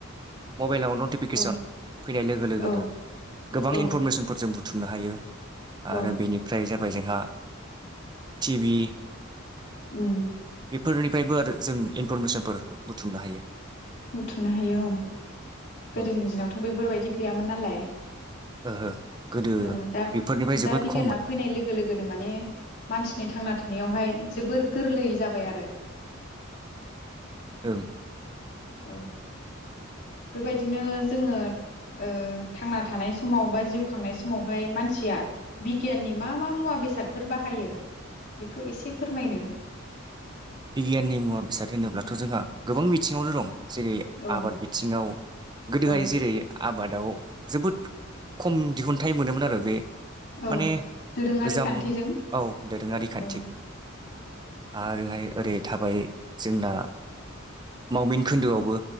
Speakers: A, on the right; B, on the left.
A: मबाइलाव नटिफिकेसन
B: औ
A: फैनाय लोगो लोगोनो
B: औ
A: गोबां
B: औ
A: इनफरमेसनफोरजों बुं थुमनो हायो
B: औ
A: आरो बेनिफ्राय जो बै जोंहा थि भि
B: उम
A: बेफोरनिफ्रायबो आरो जों इनफरमेसनफोर बुथुमनो हायो
B: बुथुमनो हायो औ गोदोनि
A: औ
B: दिनावथ' बेफोरबायदि गैयामोन नालाय
A: ओहो गोदो
B: ओ दा
A: बेफोरनिफ्राय जोबोद
B: दा बिगियाना
A: खममोन
B: फैनाय लोगो लोगोनो माने मानसि नि थांना थानायावहाय जोबोर गोरलै जाबाय आरो
A: ओं
B: औ बेबायदिनो जोङो ओ थांना थानाय समाव बा जिउ खांनाय समावहाय मानसिया बिगियाननि मा मा मुवा बेसादफोर बाहायो बेखौ एसे फोरमायनो
A: बिगियाननि मुवा बेसाद होनोब्लाथ' जोंहा गोबां बिथिङावनो दं जेरै
B: औ
A: आबाद बिथिङाव गोदोहाय
B: औ
A: जेरै आबाद दाव जोबोद खम दिहुनथाइ मोनोमोन आरो बे
B: औ
A: माने
B: दोरोङारि
A: गोजाम
B: खान्थिजों
A: औ दोरोङारि खान्थि
B: औ
A: आरोहाय ओरै थाबाय जोंना मावमिन खोन्दोआवबो